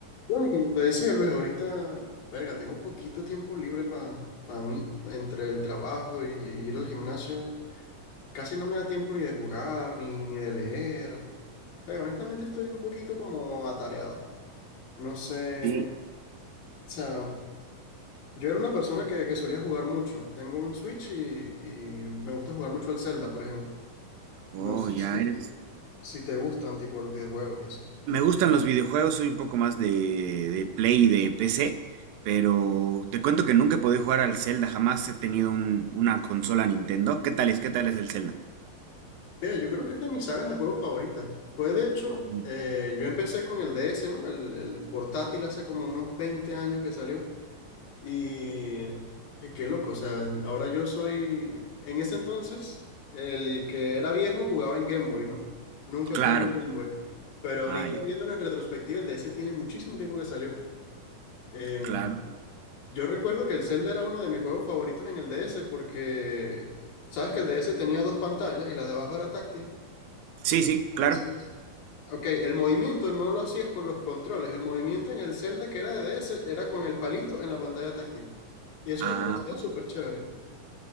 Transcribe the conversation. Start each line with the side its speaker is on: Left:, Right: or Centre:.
Left: Bueno, como te decía Luis, ahorita, verga, tengo poquito tiempo libre para mí, entre el trabajo y ir al gimnasio. Casi no me da tiempo ni de jugar, ni, ni de leer. Pero honestamente estoy un poquito como atareado. No sé,
Right: Sí.
Left: o sea, yo era una persona que, que solía jugar mucho. Tengo un Switch y, y me gusta jugar mucho al Zelda, por ejemplo.
Right: Oh,
Left: No sé
Right: ya
Left: si,
Right: eres.
Left: si te gustan tipo los videojuegos y eso.
Right: Me gustan los videojuegos, soy un poco más de, de Play y de PC, pero te cuento que nunca he podido jugar al Zelda, jamás he tenido un- una consola Nintendo. ¿Qué tal es? ¿Qué tal es el Zelda?
Left: Vea, yo creo que es de mis sagas de juegos favoritas. Fue de hecho,
Right: Mm,
Left: eh, yo empecé con el DS, ¿no? El, el portátil hace como unos 20 años que salió. Y, y qué loco, o sea, ahora yo soy, en ese entonces, el que era viejo jugaba en Game Boy, ¿no? Nunca
Right: Claro.
Left: tuve un Game Boy. Pero ahorita
Right: Ah, ya,
Left: viéndolo en retrospectiva, el DS tiene muchísimo tiempo que salió. Em,
Right: claro.
Left: yo recuerdo que el Zelda era uno de mis juegos favoritos en el DS porque, ¿sabes que el DS tenía dos pantallas y la de abajo era táctil?
Right: Sí, sí, claro.
Left: Entonces... Ok, el movimiento no lo hacías con los controles, el movimiento en el Zelda que era de DS era con el palito en la pantalla táctil. Y eso
Right: Ah,
Left: me parecía
Right: gua-
Left: súper chévere.